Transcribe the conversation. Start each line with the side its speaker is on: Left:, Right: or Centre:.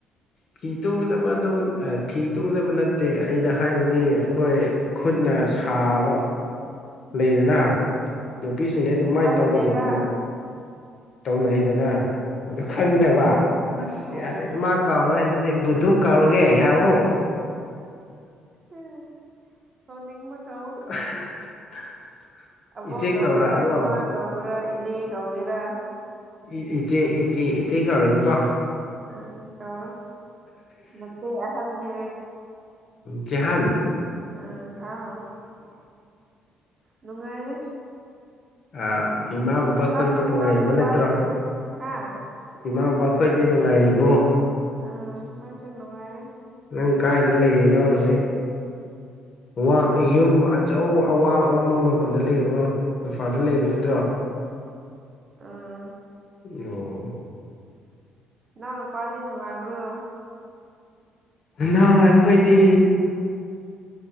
Left: ꯐꯤ ꯇꯨꯒꯗꯕ ꯑꯗꯨ ꯑ ꯐꯤ ꯇꯨꯒꯗꯕ ꯅꯠꯇꯦ ꯑꯩꯅ ꯍꯥꯏꯕꯗꯤ ꯑꯩꯈꯣꯏ ꯈꯨꯠꯅ ꯁꯥꯕ ꯂꯩꯗꯅ ꯅꯨꯄꯤꯁꯤꯡꯗꯤ ꯑꯗꯨꯃꯥꯏ
Right: ꯈꯪꯗꯦꯕ
Left: ꯇꯧꯒꯜꯂꯤꯗꯅ ꯇꯧꯅꯩꯗꯅ ꯑꯗꯨ ꯈꯪꯗꯕ
Right: ꯎꯝ
Left: ꯑꯁ
Right: ꯑꯣ
Left: ꯌꯥꯔꯦ ꯏꯃꯥ ꯀꯥꯎꯔꯦ ꯑꯗꯨ ꯕꯨꯗꯨ ꯀꯥꯎꯔꯒꯦ ꯌꯥꯕꯔꯣ
Right: ꯎꯝ ꯀꯧꯅꯤꯡꯕ ꯀꯧꯑꯣ
Left: <inaudible>
Right: ꯑꯕꯣꯛ
Left: ꯏꯆꯦ
Right: ꯀꯧꯒꯦꯔꯥ
Left: ꯀꯧꯔꯛꯑꯔꯣ
Right: ꯏꯃꯥ ꯀꯧꯒꯦꯔꯥ ꯏꯅꯦ ꯀꯧꯒꯦꯔꯥ
Left: ꯏ ꯏꯆꯦ ꯏꯆꯦ ꯏꯆꯦ ꯀꯧꯔꯒꯦꯀꯣ
Right: ꯎꯝ ꯀꯧꯔꯣ ꯃꯆꯦ ꯑꯍꯟꯅꯦ
Left: ꯆꯦꯍꯟ
Right: ꯑꯥ ꯍꯥꯎ ꯅꯨꯡꯉꯥꯏꯔꯤ
Left: ꯑ ꯏꯃꯥ ꯕꯕꯥ
Right: ꯅꯅꯥꯎ
Left: ꯈꯣꯏꯗꯤ ꯅꯨꯡꯉꯥꯏꯔꯤꯕ
Right: ꯅꯅꯥꯎ ꯅꯨꯄꯥꯗꯤ
Left: ꯅꯠꯇ꯭ꯔꯣ
Right: ꯍꯥ
Left: ꯏꯃꯥ ꯕꯕꯥ ꯈꯣꯏꯗꯤ ꯅꯨꯡꯉꯥꯏꯔꯤꯕꯣ
Right: ꯑꯥ ꯃꯣꯢꯁꯨ ꯅꯨꯡꯉꯥꯏꯔꯤ
Left: ꯅꯪ ꯀꯥꯏꯗ ꯂꯩꯔꯤꯅꯣ ꯍꯧꯖꯤꯛ ꯋꯥ
Right: ꯑꯩ ꯍꯧꯖꯤꯛ
Left: ꯌꯨꯝ ꯑ ꯑꯆꯧ ꯑꯋꯥꯡ ꯑꯋꯥꯡꯕ ꯃꯐꯝꯗ ꯂꯩꯕ꯭ꯔꯣ ꯏꯝꯐꯥꯜꯗ ꯂꯩꯕ ꯅꯠꯇ꯭ꯔꯣ
Right: ꯑꯥ
Left: ꯑꯣ
Right: ꯅꯥꯎ ꯅꯨꯄꯥꯗꯤ ꯅꯨꯉꯥꯏꯕ꯭ꯔꯣ
Left: ꯅꯅꯥꯎ ꯑꯩꯈꯣꯏꯗꯤ